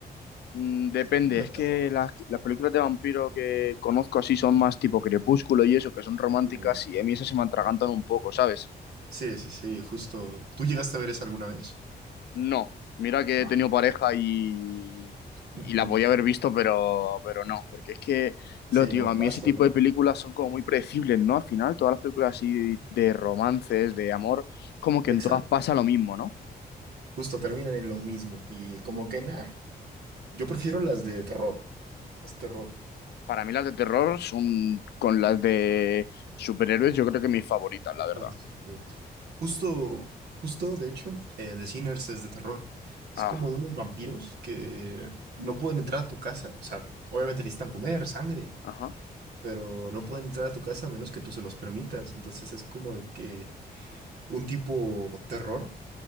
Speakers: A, on the left; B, on the right.
A: Mm, Depende,
B: Como
A: es
B: de terror.
A: que las, las películas de vampiro que conozco así son más tipo Crepúsculo y eso, que son románticas
B: Uy.
A: y a mí esas se me atragantan un poco, ¿sabes?
B: Sí, sí, sí, justo. ¿Tú llegaste a ver esa alguna vez?
A: No, mira que
B: No.
A: he tenido pareja y, y
B: Ujú.
A: la podía haber visto, pero, pero no, porque es que,
B: Sí,
A: lo digo,
B: no,
A: a
B: paso,
A: mí ese tipo
B: ¿no?
A: de películas son como muy predecibles, ¿no? Al final, todas las películas así de romances, de amor, como que
B: Exacto.
A: en todas pasa lo mismo, ¿no?
B: Justo terminan en lo mismo. Y como que nada. Yo prefiero las de terror, las terror.
A: Para mí las de terror son con las de superhéroes, yo creo que mis favoritas, la verdad.
B: Ah, sí, sí, creo que sí. Justo, justo, de hecho, eh, The Sinners es de terror. Es
A: Ah,
B: como de unos vampiros que no pueden entrar a tu casa. O sea, obviamente necesitan comer sangre,
A: ajá,
B: pero no pueden entrar a tu casa a menos que tú se los permitas. Entonces es como de que un tipo terror,